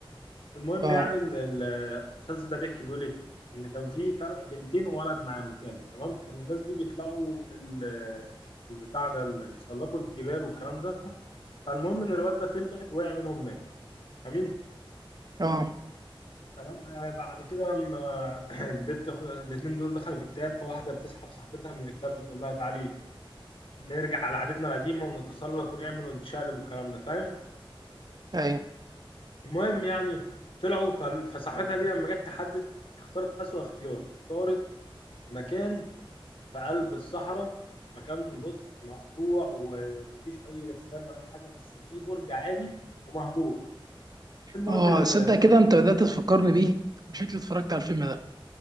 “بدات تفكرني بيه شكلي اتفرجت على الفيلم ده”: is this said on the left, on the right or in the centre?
Right